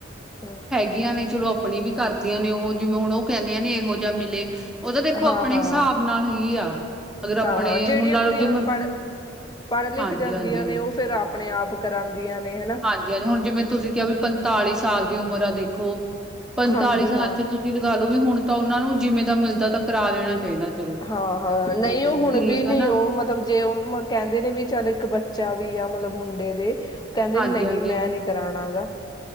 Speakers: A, on the left; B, in the centre.
A: ਹੂੰ।
B: ਮਿਲਦੀਆਂ ਨੇ ਚਲੋ ਆਪਣੀ ਵੀ ਕਰਦੀਆਂ ਨੇ ਉਹ ਜਿਵੇਂ ਹੁਣ ਉਹ ਕਹਿੰਦੀਆਂ ਨੇ ਇਹੋ ਜਿਹਾ ਮਿਲੇ ਉਦਾ ਤਾਂ ਦੇਖੋ
A: ਹਾਂ
B: ਆਪਣੇ
A: ਹਾਂ ਹਾਂ
B: ਹਿਸਾਬ ਨਾਲ ਹੀ ਆ, ਅਗਰ ਆਪਣੇ
A: ਹਾਂ ਹਾਂ ਜਿਹੜੀਆਂ
B: ਹੁਣ ਲਾ
A: ਕੁੜੀਆਂ
B: ਲਓ ਜਿਵੇ
A: ਪੜ੍ਹ ਪੜ੍ਹ ਲਿਖ
B: ਹਾਂਜੀ-ਹਾਂਜੀ।
A: ਜਾਂਦੀਆਂ ਨੇ ਉਹ ਫਿਰ ਆਪਣੇ ਆਪ ਕਰਾਂਦੀਆਂ ਨੇ ਹਨਾ
B: ਹਾਂਜੀ-ਹਾਂਜੀ, ਹੁਣ ਜਿਵੇਂ ਤੁਸੀਂ ਕਿਹਾ ਵੀ ਪੰਤਾਲੀ ਸਾਲ ਦੀ ਉਮਰ ਆ ਦੇਖੋ, ਪੰਤਾਲੀ
A: ਹਾਂਜੀ
B: ਸਾਲ
A: ਹਾਂ
B: ਚ ਤੁਸੀਂ ਲਗਾ ਲੋ ਵੀ ਹੁਣ ਤਾਂ ਉਹਨਾਂ ਨੂੰ ਜਿਵੇਂ ਦਾ ਮਿਲਦਾ ਤਾਂ ਕਰਾ ਲੈਣਾ ਚਾਹੀਦਾ। ਚਲੋ
A: ਹਾਂ-ਹਾਂ, ਨਹੀਂ
B: ਹੂੰ,
A: ਉਹ ਹੁਣ
B: ਠੀਕ
A: ਵੀ ਨੀ
B: ਆ ਨਾ
A: ਉਹ ਮਤਲਬ ਜੇ ਉਹ ਕਹਿੰਦੇ ਨੇ ਵੀ ਚੱਲ ਇੱਕ ਬੱਚਾ ਵੀ ਆ ਮਤਲਬ ਮੁੰਡੇ ਦੇ ਕਹਿੰਦੇ
B: ਹਾਂਜੀ
A: ਨਹੀਂ
B: ਹਾਂਜੀ
A: ਮੈਂ ਨੀ ਕਰਾਣਾ ਹੈਗਾ,